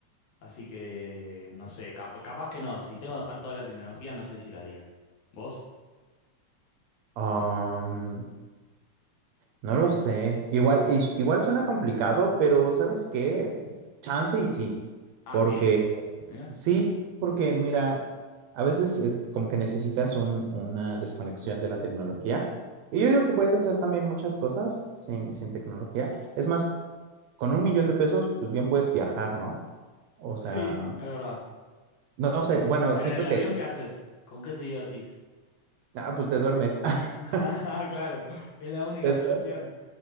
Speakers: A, on the left (about 75°); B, on the right (about 75°).
A: Así que, no sé, cap- capaz que no. Si tengo que dejar toda la tecnología, no sé si lo haría. ¿Vos?
B: Um, no lo sé. Igual, is- igual suena complicado, pero ¿sabes qué? Chance y sí,
A: Ah,
B: porque
A: sí, mira.
B: Sí, porque mira, a veces eh, como que necesitas un- una desconexión de la tecnología. Y yo digo que puedes hacer también muchas cosas sin, sin tecnología. Es más, con un millón de pesos, pues bien puedes viajar, ¿no? O sea,
A: Sí, es verdad.
B: no, no sé, bueno,
A: Pero
B: siento
A: en el avión,
B: que,
A: ¿qué haces? ¿Con qué te divertís?
B: ah, pues te duermes. <laughs>
A: <laughs> Ah, claro, es la única
B: Te
A: solución.
B: duermes,